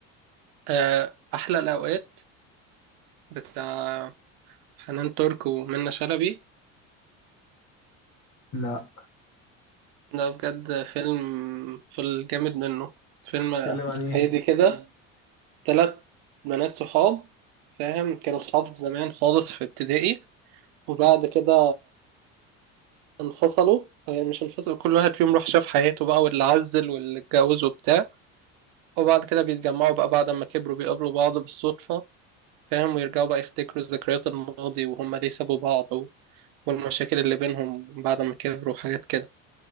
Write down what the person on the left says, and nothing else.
لا
اتكلم عن ايه